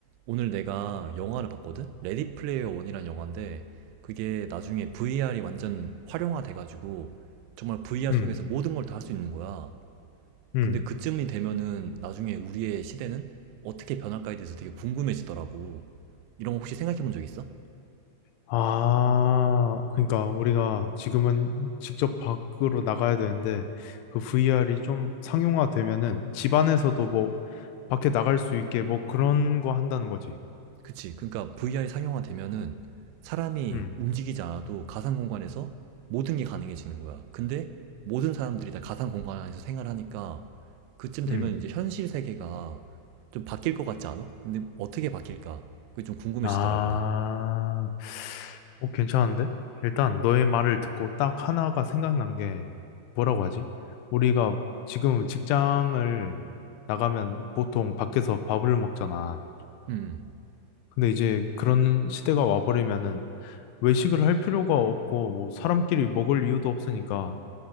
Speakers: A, on the right; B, on the left.
A: 오늘 내가 영화를 봤거든? 레디 플레이어 원이라는 영화인데 그게 나중에 VR이 완전 활용화돼가지고 정말 VR
B: 음,
A: 속에서 모든 걸 다 할 수 있는 거야.
B: 음.
A: 근데 그쯤이 되면은 나중에 우리의 시대는 어떻게 변할까에 대해서 되게 궁금해지더라고. 이런 거 혹시 생각해 본 적 있어?
B: 아, 그러니까 우리가 지금은 직접 밖으로 나가야 되는데 그 VR이 좀 상용화되면은 집 안에서도 뭐 밖에 나갈 수 있게 뭐 그런 거 한다는 거지.
A: 그치. 그러니까 VR이 상용화되면은 사람이
B: 음,
A: 움직이지 않아도 가상 공간에서 모든 게 가능해지는 거야. 근데 모든 사람들이 다 가상 공간 안에서 생활하니까 그쯤 되면
B: 음.
A: 이제 현실 세계가 좀 바뀔 것 같지 않아? 근데 어떻게 바뀔까? 그게 좀 궁금해지더라고,
B: 아,
A: 난.
B: 어, 괜찮은데? 일단 너의 말을 듣고 딱 하나가 생각난 게 뭐라고 하지? 우리가 지금 직장을 나가면 보통 밖에서 밥을 먹잖아.
A: 음, 음.
B: 근데 이제 그런 시대가 와버리면은 외식을 할 필요가 없고 뭐 사람끼리 먹을 이유도 없으니까